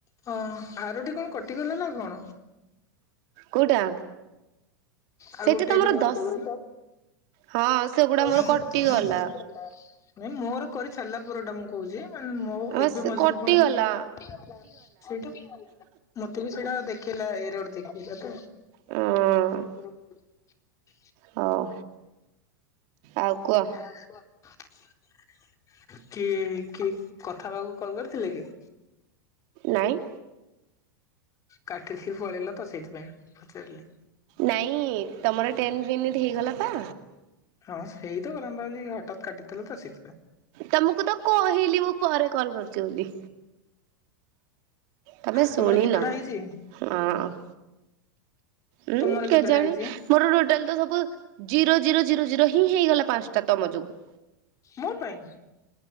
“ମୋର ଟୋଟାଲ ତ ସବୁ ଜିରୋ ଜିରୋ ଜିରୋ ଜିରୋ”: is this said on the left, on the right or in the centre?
Right